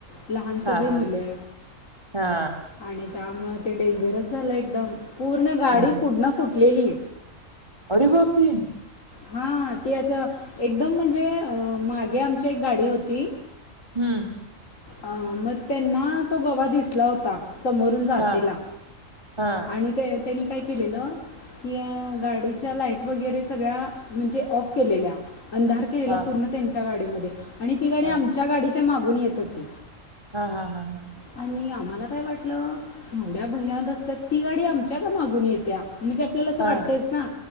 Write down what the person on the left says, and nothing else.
लहान
सगळी
मुले
आणि त्यामुळं ते डेंजरस झालं एकदम. पूर्ण गाडी
फुढन फुटलेली.
हा ती असं एकदम म्हणजे, अ मागे आमच्या एक गाडी होती.
अ मग त्यांना तो गवा दिसला होता. समोरून जातेला
आणि त्यांनी काय केलेलं की गाडीच्या लाईट वगैरे सगळ्या म्हणजे ऑफ केलेल्या अंधार केलेला
पूर्ण त्यांच्या गाडीमध्ये, ते, आणि ती गाडी
आमच्या गाडीच्या मागुन थांबून येत होती.
आणि आम्हाला काय वाटलं एवढ्या भयान रस्त्यात ती गाडी आमच्या का मागून येत्या. म्हणजे आपल्याला असं
वाटतयच ना